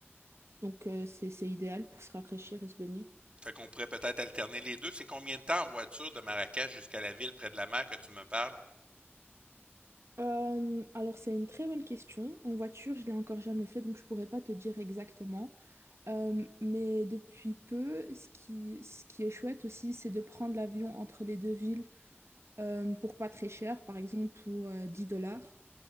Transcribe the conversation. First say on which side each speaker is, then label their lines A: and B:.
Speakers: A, on the right; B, on the right.
A: donc euh, c'est, c'est idéal pour se rafraîchir et se baigner.
B: Fait qu'on pourrait peut-être alterner les deux. C'est combien de temps en voiture de Marrakech jusqu'à la ville près de la mer que tu me parles?
A: Euh, alors, c'est une très bonne question. En voiture, je l'ai encore jamais fait, donc je pourrais pas te dire exactement. Euh, mais depuis peu, ce qui, ce qui est chouette aussi, c'est de prendre l'avion entre les deux villes euh, pour pas très cher, par exemple pour euh, 10 dollars.